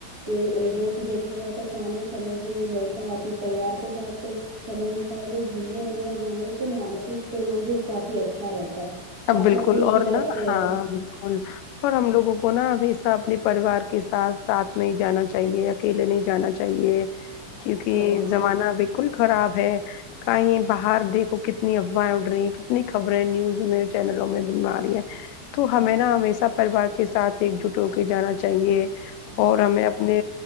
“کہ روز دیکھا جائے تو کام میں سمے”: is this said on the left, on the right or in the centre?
Right